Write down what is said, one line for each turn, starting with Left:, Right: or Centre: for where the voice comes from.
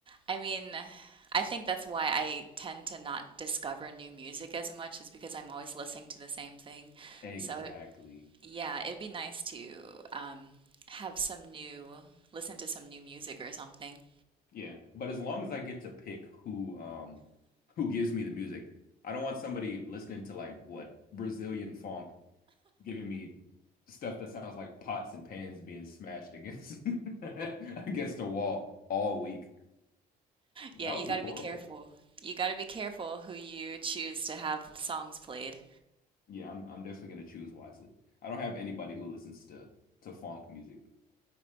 Right: I mean, I think that's why I tend to not discover new music as much is because I'm always listening to the same thing.
Left: Exactly.
Right: So yeah, it'd be nice to um, have some new, listen to some new music or something.
Left: Yeah, but as long as I get to pick who um who gives me the music. I don't want somebody listening to like what Brazilian funk giving me stuff that sounds like pots and pans being smashed against <laughs> against a wall all week. That
Right: Yeah, you
Left: would
Right: got
Left: be
Right: to
Left: horrible.
Right: be careful. You got to be careful who you choose to have the songs played.
Left: Yeah, I'm I'm definitely gonna choose wisely. I don't have anybody who listens to to funk music.